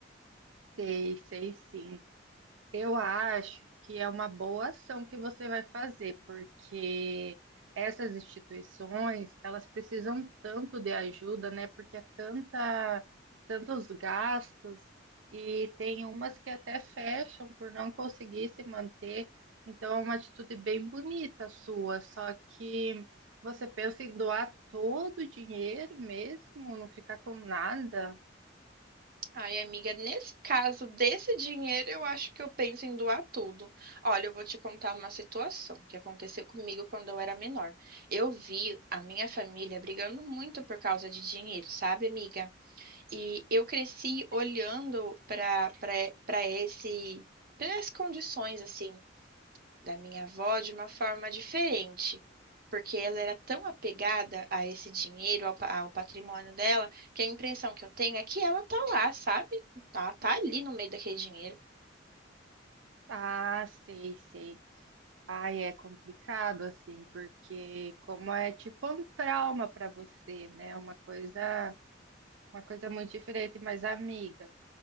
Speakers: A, on the right; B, on the right.
A: Sei, sei sim. Eu acho que é uma boa ação que você vai fazer, porque essas instituições, elas precisam tanto de ajuda, né? Porque é tanta, tantos gastos e tem umas que até fecham por não conseguir se manter. Então é uma atitude bem bonita sua, só que você pensa em doar todo o dinheiro mesmo, não ficar com nada?
B: Ai, amiga, nesse caso desse dinheiro, eu acho que eu penso em doar tudo. Olha, eu vou te contar uma situação que aconteceu comigo quando eu era menor. Eu vi a minha família brigando muito por causa de dinheiro, sabe, amiga? E eu cresci olhando para para para esse para as condições assim da minha avó de uma forma diferente, porque ela era tão apegada a esse dinheiro, ao, pa- ao patrimônio dela, que a impressão que eu tenho é que ela tá lá, sabe? Ela tá ali no meio daquele dinheiro.
A: Ah, sei, sei. Ai, é complicado assim, porque como é tipo um trauma para você, né? Uma coisa, uma coisa muito diferente, mas amiga,